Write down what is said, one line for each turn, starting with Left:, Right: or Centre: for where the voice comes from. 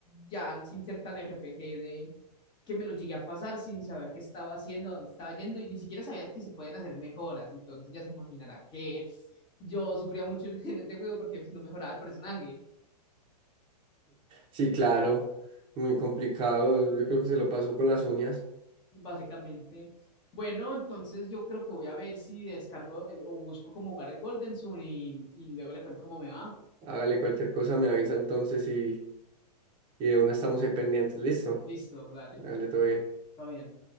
Left: ya sin ser tan RPG de... que me lo llegué a pasar sin saber qué estaba haciendo, dónde estaba yendo y ni siquiera sabía que se podían hacer mejoras. Entonces ya se imaginará que yo sufría mucho <laughs> en este juego porque pues, no mejoraba el personaje.
Right: Sí, claro, muy complicado. Yo creo que se lo pasó con las uñas.
Left: básicamente. Bueno, entonces yo creo que voy a ver si descargo el- o busco cómo jugar el Golden Sun y, y luego le cuento cómo me va.
Right: Hágale cualquier cosa, me avisa entonces y, y de una estamos ahí pendientes. Listo,
Left: Listo, dale,
Right: hágale todo bien.
Left: todo bien.